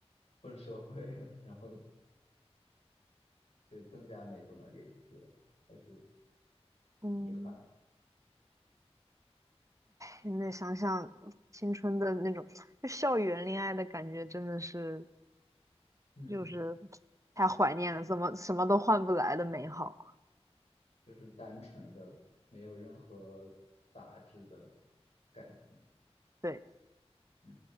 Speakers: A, on the left (about 75°); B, on the right (about 30°).
A: 混社会了，然后就更加没怎么联系了，还是
B: 嗯，
A: 遗憾。
B: 现在想想青春的那种，就校园恋爱的感觉，真的是
A: 嗯。
B: 就是太怀念了，怎么什么都换不来的美好。
A: 就是单纯的，没有任何杂质的感情。
B: 对。
A: 嗯。